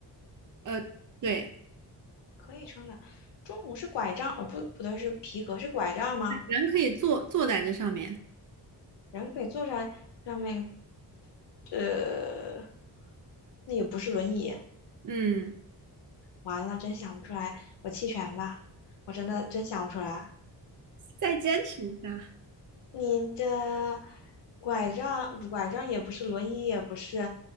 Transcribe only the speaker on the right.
呃，对，
人可以坐坐在这上面，
嗯。
再坚持一下。